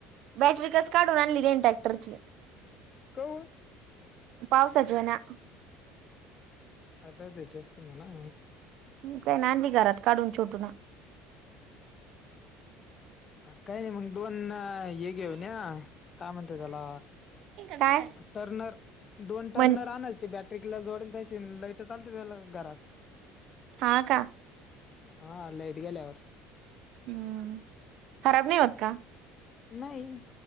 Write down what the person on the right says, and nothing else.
बॅटरी कस काढून त्यानं ट्रॅक्टरची
पावसाजव ना
काय नाय आणली घरात काढून छोटून
काय
म्हण
हा, का?
हम खराब नाही होत का?